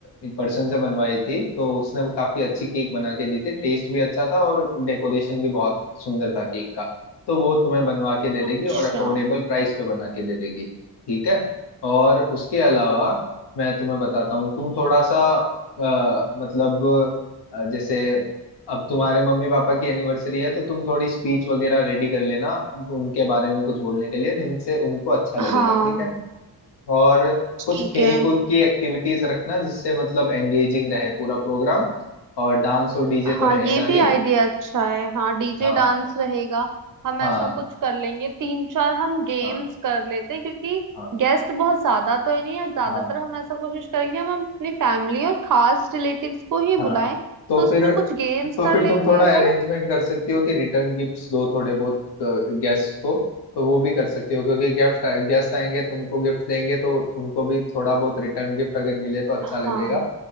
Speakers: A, on the left (about 80°); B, on the right (about 55°).
A: एक पर्सन से बनवाई थी तो उसने वो काफी अच्छी केक बना के दी थी टेस्ट भी अच्छा था और डेकोरेशन भी बहुत सुंदर था केक का तो वो तुम्हें बनवा के दे देगी
B: अच्छा
A: और अफोर्डेबल प्राइस पे बना के दे देगी ठीक है और उसके अलावा मैं तुम्हें बताता हूँ तुम थोड़ा सा अ, मतलब अ, जैसे अब तुम्हारे मम्मी पापा की एनिवर्सरी है तो तुम थोड़ी स्पीच वगैरह रेडी कर लेना उनके बारे में कुछ बोलने के लिए जिनसे उनको अच्छा लगेगा
B: हाँ
A: ठीक है और कुछ
B: ठीक
A: खेल
B: है
A: कूद की एक्टिविटीज रखना जिससे मतलब एंगेजिंग रहे पूरा प्रोग्राम और डांस और डीजे
B: हाँ
A: तो रहेगा
B: ये
A: ही
B: भी आइडिया अच्छा है हाँ डीजे
A: हाँ
B: डांस रहेगा हम
A: हाँ
B: ऐसा कुछ कर लेंगे तीन चार हम गेम्स
A: हाँ
B: कर लेते हैं क्योंकि
A: हाँ
B: गेस्ट बहुत ज्यादा तो है नहीं है ज्यादातर
A: हाँ
B: हम ऐसा कोशिश करेंगे हम अपनी फैमिली और खास रिलेटिव्स को ही
A: हाँ
B: बुलाएं
A: तो
B: तो उसमें
A: फिर
B: कुछ गेम्स
A: तो
B: कर
A: फिर
B: लेंगे
A: तुम थोड़ा
B: है
A: अरेंजमेंट
B: ना
A: कर सकती हो कि रिटर्न गिफ्ट्स दो थोड़े बहुत गेस्ट को तो वो भी कर सकती हो क्योंकि गिफ्ट गेस्ट आएंगे तुमको गिफ्ट देंगे तो उनको भी थोड़ा बहुत रिटर्न गिफ्ट अगर मिले तो अच्छा
B: हाँ
A: लगेगा